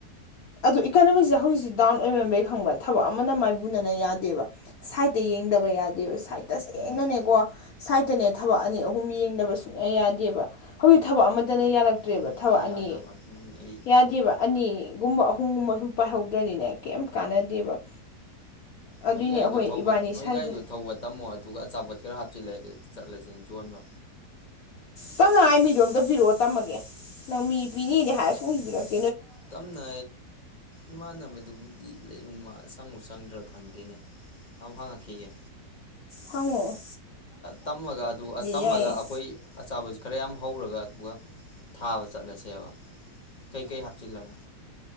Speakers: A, on the left; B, on the left.
A: ꯑꯗꯣ ꯏꯀꯅꯣꯃꯤꯛꯁꯦ ꯍꯧꯖꯤꯛꯁꯦ ꯗꯥꯎꯟ ꯑꯣꯏꯔꯝꯕꯩ ꯈꯪꯕ꯭ꯔ ꯊꯕꯛ ꯑꯃꯅ ꯃꯥꯏꯕꯨꯅꯅ ꯌꯥꯗꯦꯕ ꯁꯥꯏꯗꯠꯇ ꯌꯦꯡꯗꯕ ꯌꯥꯗꯦꯕ ꯁꯥꯏꯗꯠꯇꯁꯦꯡꯅꯅꯦꯀꯣ
B: ꯎꯝ
A: ꯁꯥꯏꯠꯇꯅꯦ ꯊꯕꯛ ꯑꯅꯤ ꯑꯍꯨꯝ ꯌꯦꯡꯗꯕ ꯁꯨꯛꯌꯥ ꯌꯥꯗꯦꯕ ꯍꯧꯖꯤꯛ ꯊꯕꯛ ꯑꯃꯇꯅ ꯌꯥꯔꯛꯇ ꯅꯠꯇ꯭ꯔꯦꯕ
B: ꯑꯃꯠꯇꯅ
A: ꯊꯕꯛ ꯑꯅꯤ
B: ꯌꯥꯗꯕ ꯑꯗꯨꯅꯤ ꯑꯩ
A: ꯌꯥꯗꯦꯕ ꯑꯅꯤ ꯕ ꯑꯍꯨꯝꯒꯨꯝꯕ ꯁꯨꯝ ꯄꯥꯏꯍꯧꯗ꯭ꯔꯗꯤꯅꯦ ꯀꯩ ꯀꯥꯟꯅꯗꯦꯕ ꯑꯗꯨꯏꯅꯦ
B: ꯅꯣꯏ ꯒꯥꯔꯤꯗꯨ
A: ꯑꯩꯈꯣꯏ ꯏꯕꯥꯅꯤ
B: ꯅꯣꯏ
A: ꯁꯥꯏꯗ
B: ꯒꯥꯔꯤꯗꯨ ꯊꯧꯕ ꯇꯝꯃꯣ ꯑꯗꯨꯒ ꯑꯆꯥꯄꯣꯠ ꯈꯔ ꯍꯥꯞꯆꯤꯜꯂ ꯆꯠꯂꯁꯤ ꯁꯤꯡ ꯌꯣꯟꯕ
A: ꯇꯞꯅ ꯑꯩ ꯃꯤꯗꯣꯝꯇ ꯄꯤꯔꯛꯑꯣ ꯇꯝꯃꯒꯦ ꯅꯪ ꯃꯤ ꯄꯤꯅꯤꯗꯤ ꯍꯥꯏꯔ ꯁꯕꯤꯔꯁꯤꯦ
B: ꯇꯝꯅ ꯏꯃꯥꯟꯅꯕꯗꯨꯕꯨ ꯗꯤ ꯂꯩꯕꯅꯤ ꯃꯥ ꯆꯪꯉꯨ ꯆꯪꯗ꯭ꯔꯥ ꯈꯪꯗꯦꯅꯦ ꯑ ꯍꯥꯡꯉꯛꯈꯤꯒꯦ
A: ꯐꯉꯣ
B: ꯇꯝꯃꯒ ꯑꯗꯨ ꯇꯝꯃꯒ
A: ꯌꯥꯏꯌꯦ
B: ꯑꯩꯈꯣꯏ ꯑꯆꯥꯕꯁꯨ ꯈꯔ ꯌꯥꯝ ꯍꯧꯔꯒ ꯑꯗꯨꯒ ꯊꯥꯕ ꯆꯠꯂꯁꯦꯕ ꯀꯩꯀꯩ ꯍꯥꯞꯆꯤꯜꯂꯒ